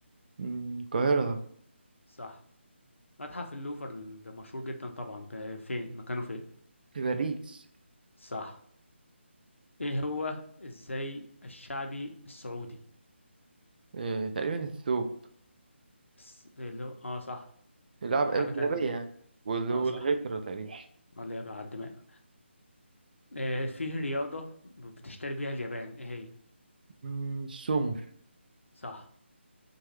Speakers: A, on the right (about 45°); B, on the left (about 80°).
A: مم، القاهره طبعا.
B: صح متحف اللوفر المشهور جدا طبعا ده فين مكانه فين؟
A: في باريس
B: صح ايه هو الزي الشعبي السعودي؟
A: آه، تقريبا الثوب
B: س- اللي هو اه صح
A: العب
B: وحاجة
A: الجلابيه
B: تانية
A: يعني وال-
B: اه
A: والغترة
B: صح
A: تقريبا
B: اللي هي على الدماغ آه فيه رياضة بتشتري بيها اليابان ايه هي؟
A: مم، السومو
B: صح